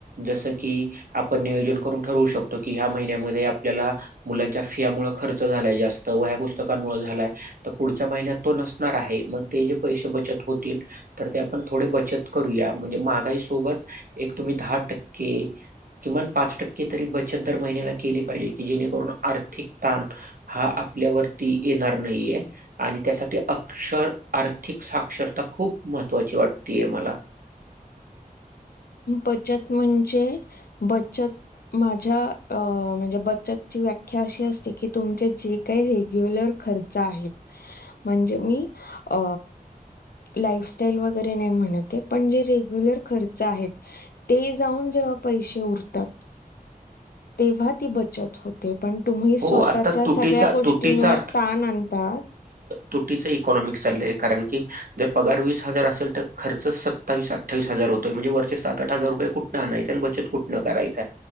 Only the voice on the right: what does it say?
जसं की आपण नियोजन करून ठरवू शकतो की ह्या महिन्यामध्ये आपल्याला मुलांच्या फियामुळे खर्च झालाय जास्त व्या पुस्तकमुळे झालाय तर पुढच्या महिन्यात तो नसणार आहे मग ते जे पै बचत होते तर आपण थो बत करूया म्हणजे मगाई सोबत एक तुम्ही दहा टक्के. क किमान पाच टक्के तरी बचत दर महिन्याला केली पाहिजे की जेणेकरून आर्थिक ताण हा, आपल्यावरती येणार नाहीये आणि त्यासाठी अक्षर आर्थिक साक्षरता खूप महत्त्वाची वाटते आहे मला
हो,
आता तुटीचा
तुटीचा
तुटीच इकॉनॉमिक् चालय कारण की जर पगार वीस हजार असेल तर खर्च सत्तावीस अठ्ठावीस हजार, म्हजे वरचे सात आठ हजार रुपये कुठं आणायच आणि बचत कुठन कयं